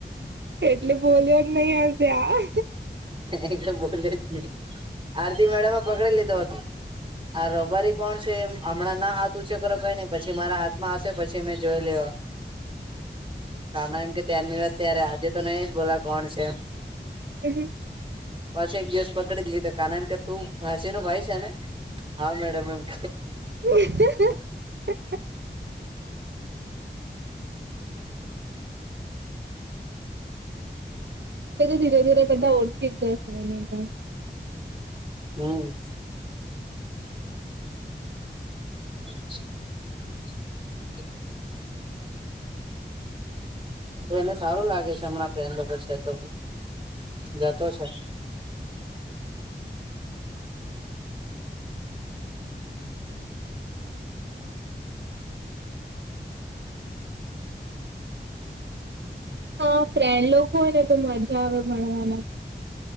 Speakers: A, on the right; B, on the right.
A: એટલે બોલ્યો જ નહી હશે આ
B: એકદ બો જ નહી આરતી મેડમ એ પકડી લીધો હતો આ રોબારી કોણ છે હમણાં ના હાથ ઉછે કરો કઈ નઈ પછી મારા હાથમાંશે પછી મેં જોઈ લેવા કા ના એમ કે ત્યારની વાત ત્યારે આજે તો નહી જ બોલા કોણ છે
A: એ ને
B: પાછી એક દિવસ પકડી જ લીધો કારણ કે તું ભાંસી નો ભાઈ છે ને હા મેડમ એમ કે
A: <inaudible> એ તો ધીરે ધીરે બધા ઓળખી જ જશે એને પણ
B: હમ્મ <unintelligible> તો એને સારું લાગે છે હમણાં ફ્રેન્ડ લોકો છે તો જતો છે
A: હા ફ્રેન્ડ લોકો હોય ને તો મજા આવે ભણવાના પણ